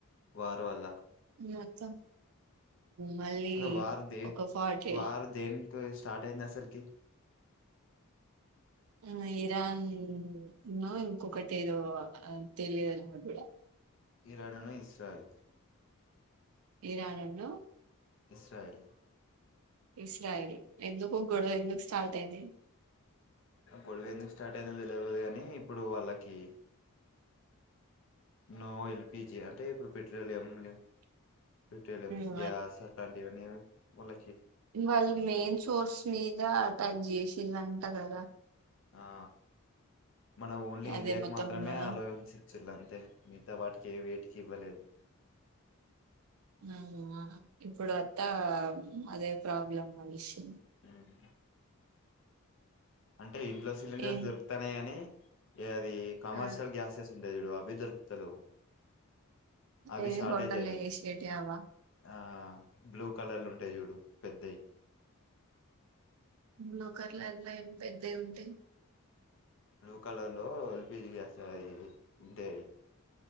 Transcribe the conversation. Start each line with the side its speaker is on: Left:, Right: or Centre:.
Left: వార్ వల్ల
Right: మొత్తం మళ్ళీ
Left: అసలు వార్ దే
Right: ఒక ఫార్టీ
Left: వారు దేనికి స్టార్ట్ అయింది అసల్కి
Right: ఇంగ ఇరాన్ నో ఇంకొకటి ఏదో అద్ తెలియదు నాగుడ
Left: ఇరానును ఇస్రాయిల్
Right: ఇరానున్ను
Left: ఇస్రాయిల్
Right: ఇస్రాయిల్ ఎందుకు గొడవెందుకు స్టార్ట్ అయింది.
Left: గొడవెందుకు స్టార్ట్ అయిందో తెలవదు గని ఇప్పుడు వాళ్ళకి నో ఎల్పీజీ అంటే ఇప్పుడు పెట్రోలియంలు పెట్రోలియంస్
Right: ఉమ్
Left: గాస్ అట్లాంటివన్ని ముల
Right: వాళ్ళ్ మెయిన్ షోర్ష్ మీద అటాక్ చేసిళ్ళంట గదా
Left: ఆ మన ఓన్లీ
Right: అదే
Left: ఇండియాక్
Right: మొత్తం
Left: మాత్రమే
Right: ఆ
Left: అల్లోవెన్స్ ఇచ్చిళ్ళద్ తే మిగ్తా వాటికి వేటికి ఇవ్వలేదు.
Right: ఆవ్వు ఆ ఇప్పుడ్ అత్తావ అదే ప్రాబ్లమ్ వచ్చిం
Left: ఉమ్. టే ఇంట్లో సిలిండర్స్
Right: ఏం
Left: దొర్క్తున్నయ్ అని ఏ అది కమర్షియల్
Right: ఆ
Left: గ్యాసెస్ ఉంటయ్ చూడు అవ్వే దొరక్కుతలేవు అవి
Right: ఏ
Left: షార్టేజ్
Right: హోటల్లో
Left: ఐనయ్
Right: చేసేటివి అవా
Left: ఆ బ్లూ కలర్ ల ఉంటయి చూడు పెద్దయ్
Right: లుకలర్ ఏమ్ పెద్దయ్ ఉంటయ్
Left: బ్లూ కలర్ లో ఎ ల్పి జి గ్యాస్ అది ఉంటయ్